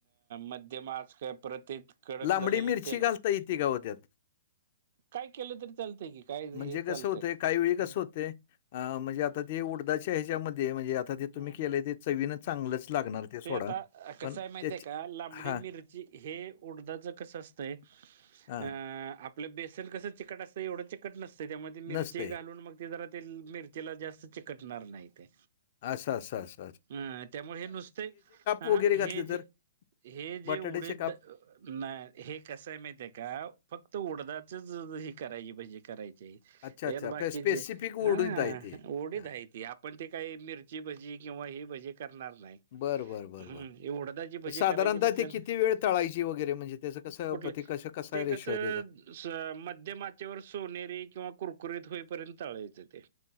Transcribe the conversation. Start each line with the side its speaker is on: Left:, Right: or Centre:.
Right: मध्यम आकार परत ते कडक
Left: लांबडी
Right: झालेलं
Left: मिरची
Right: तेल
Left: घालता येते का हो त्यात?
Right: फ्राय केलं तरी चालतंय की. काय
Left: म्हणजे
Right: हे चालतंय
Left: कसं होतय. काही वेळी कसं
Right: हम्म
Left: होत अ म्हणजे आता ते उडदााच्या ह्याच्यामध्ये म्हणजे आ ते तुम्ही
Right: हम्म
Left: केलं ते चवीन चांगलंच लागणार. ते सोडा
Right: आता कसं
Left: पण
Right: आहे माहितीय
Left: त्याची
Right: का लांबडी
Left: हा.
Right: मिरची हे उडदाच कस असतंय
Left: हां.
Right: अ आ आपलं बेसन कसं चिकट असतंय. एवढं चिकट नसतं त्यामध्ये मिरची
Left: नसतंय.
Right: घालून मग ते जरा ते मिरचीला जास्त चिकटणार नाही ते.
Left: आस आस आस.
Right: अ त्यामुळे हे नुसते अह
Left: वगैरे घातले
Right: हे जे
Left: तर?
Right: हेजे
Left: बटाट्याचे
Right: उडिद
Left: काप
Right: नाही हे कसंय माहित आहे का. फक्त उडदाचच हे करायची भजी करायची.
Left: अच्छा, अच्छा.
Right: यात बाकीचे
Left: ते स्पेसिफिक उडीद
Right: अं
Left: आहे ते.
Right: उडीद
Left: हां.
Right: आहेत. की आपण ते काही मिरची भजी किंवा ही भजी करणार नाही.
Left: बरं, बरं, बरं,
Right: हम्म,
Left: बरं.
Right: उडदाची भजी
Left: साधारणतः
Right: करायची म्हंटल्याव
Left: ते किती वेळ तळायची वगैरे म्हणजे त्याचं कसं
Right: कुठल?
Left: प ते कसं कसा
Right: ते
Left: रेशो
Right: कसं
Left: आहे त्याचा?
Right: अस मध्यम आचेवर सोनेरी किंवा कुरकुरीत होईपर्यंत तळायचें ते.